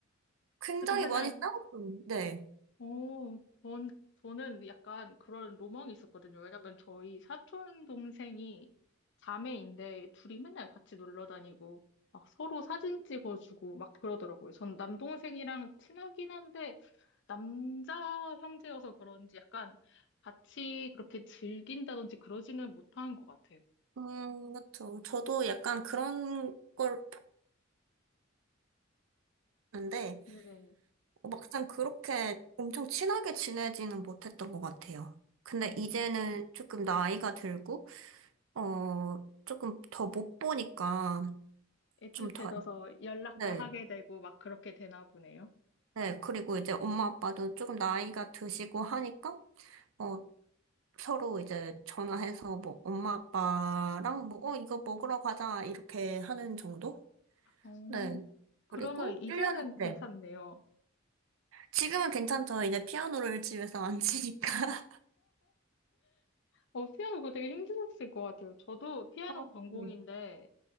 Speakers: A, on the right; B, on the left.
A: 굉장히
B: 그래서 맨날
A: 많이 싸웠어요. 네.
B: 어, 전, 저는 약간 그런 로망이 있었거든요. 왜냐면 저희 사촌 동생이 자매인데 둘이 맨날 같이 놀러 다니고 막 서로 사진 찍어주고 막 그러더라고요. 전 남동생이랑 친하긴 한데 남자 형제여서 그런지 약간 같이 그렇게 즐긴다든지 그러지는 못한 것 같아요.
A: 음, 그렇죠. 저도 약간 그런 걸 보는데,
B: 네네.
A: 막상 그렇게 엄청 친하게 지내지는 못했던 것 같아요. 근데
B: 음,
A: 이제는 조금 나이가 들고, 어, 조금 더 못 보니까
B: 애틋해져서
A: 좀 더,
B: 연락도
A: 네,
B: 하게 되고 막 그렇게 되나 보네요.
A: 네. 그리고 이제 엄마 아빠도 조금 나이가 드시고 하니까, 어, 서로 이제 전화해서 뭐 엄마 아빠랑 뭐, 어, 이거 먹으러 가자, 이렇게 하는 정도?
B: 어,
A: 네.
B: 그러면
A: 그리고
B: 이제는
A: 일 년에 네.
B: 괜찮네요.
A: 지금은 괜찮죠. 이제 피아노를 집에서 안 치니까. <laughs>
B: 어, 피아노 그거 되게 힘드셨을 것 같아요. 저도 피아노
A: 어,
B: 전공인데,
A: 네.